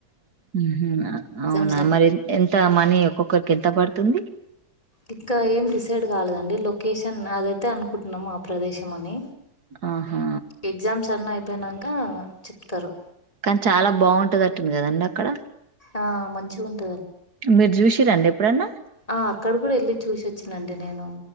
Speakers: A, on the right; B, on the left.
A: ఊహూ.
B: ఎగ్జామ్స్
A: అవునా
B: అయి
A: మరి ఎంతా మనీ ఒక్కొక్క్ ఒకరికి ఎంత పడుతుందీ.
B: ఇంకా ఏం డిసైడ్ కాలేదండి లొకేషన్ అదైతే అనుకుట్ టున్నము ఆ ప్రదేశం అనీ.
A: ఆహా
B: ఎగ్జామ్స్ అన్నీ అయిప్ పోయినంకా చెప్తరు.
A: కానీ చాలా బాగుంటదట్టుంది కదండి అక్కడా.
B: ఆ మంచిగుంట్
A: మీరు చూశిర్రా అండి ఎప్పుడన్నా.
B: ఆ అక్కడ కూడా వెళ్ళి చూసొచ్చినండి నేను